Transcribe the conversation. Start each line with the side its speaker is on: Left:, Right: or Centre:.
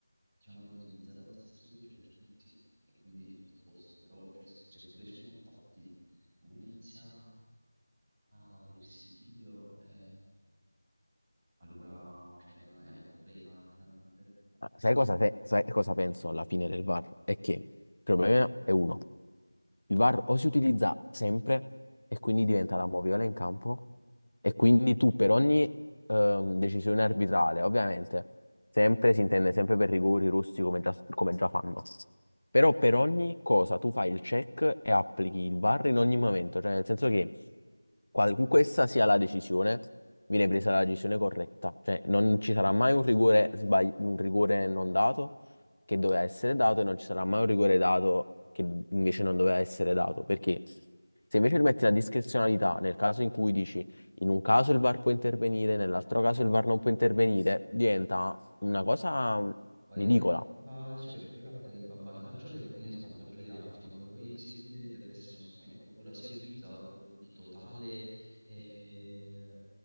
Centre: diciamo viene utilizzata questa strategia per tutti e quindi tutto a posto, però cioè, c'è pure sui contatti, uno inizia a vedersi il video, eh, allora cioè, è un problema letteralmente.
Left: Sai cosa, sai sai cosa penso alla fine del VAR? È che il problema è uno. Il VAR o si utilizza sempre e quindi diventa la moviola in campo e quindi tu per ogni ehm, decisione arbitrale, ovviamente, sempre si intende sempre per rigori, russi come già, come già fanno, però per ogni cosa tu fai il check e applichi il VAR in ogni momento, cioè nel senso che qualunque essa sia la decisione, viene presa la decisione corretta, cioè non ci sarà mai un rigore, sbagli- un rigore non dato che doveva essere dato e non ci sarà mai un rigore dato che invece non doveva essere dato. Perché se invece rimetti la discrezionalità nel caso in cui dici in un caso il VAR può intervenire, nell'altro caso il VAR non può intervenire, diventa una cosa
Centre: No,
Left: ridicola.
Centre: e va- cioè, perché poi capita che va a vantaggio di alcuni e a svantaggio di altri, quando poi secondo me dovrebbe essere uno strumento allora sia utilizzato proprio di totale eh,